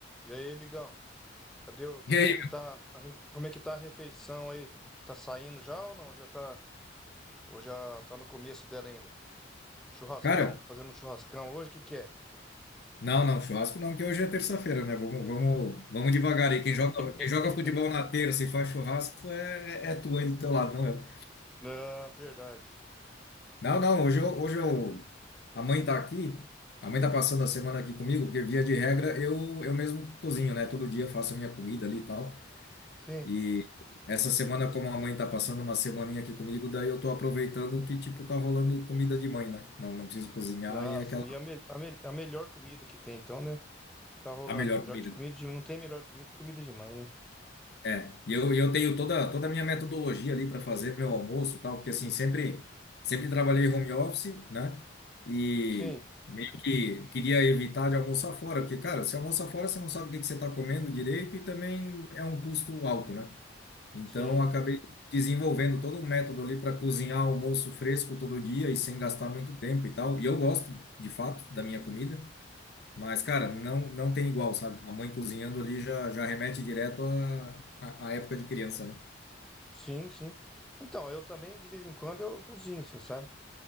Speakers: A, in the centre; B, on the left.
A: E aí, amigão? Cadê o... Como
B: E aí,
A: é que tá... a re- Como é que tá a refeição aí? Tá saindo já ou não? Já tá... Ou já tá no começo dela ainda? Churrascão.
B: cara?
A: Tá fazendo um churrascão hoje? O que que é?
B: Não, não, churrasco não, que hoje é terça-feira, né? Vamos, vamos, vamos devagar aí. Quem joga,
A: <laughs>
B: quem joga futebol na terça e faz churrasco é, é tu aí do teu lado, não eu.
A: Ah, verdade.
B: Não, não, hoje eu, hoje eu, a mãe tá aqui, a mãe tá passando a semana aqui comigo, porque via de regra eu, eu mesmo cozinho, né? Todo dia eu faço a minha comida ali e tal.
A: Sim.
B: E essa semana, como a mãe tá passando uma semaninha aqui comigo, daí eu tô aproveitando que, tipo, tá rolando comida de mãe, né? Não, não preciso cozinhar
A: Nossa,
B: e é aquela,
A: e a, mel- a, mel- a melhor comida que tem então, né? Que tá rolando.
B: a melhor
A: É melhor
B: comida.
A: de comida de... Não tem melhor comida que comida de mãe, né?
B: É, e eu, e eu tenho toda, toda a minha metodologia ali para fazer meu almoço e tal, porque assim, sempre, sempre trabalhei home office, né? E
A: Sim.
B: meio que queria evitar de almoçar fora, porque, cara, se almoça fora, você não sabe o que que você está comendo direito e também é um custo alto, né? Então,
A: Sim.
B: eu acabei desenvolvendo todo um método ali para cozinhar almoço fresco todo dia e sem gastar muito tempo e tal. E eu gosto, de fato, da minha comida. Mas, cara, não, não tem igual, sabe? A mãe cozinhando ali já, já remete direto à, à, à época de criança, né?
A: Sim, sim. Então, eu também, de vez em quando, eu cozinho, assim, sabe?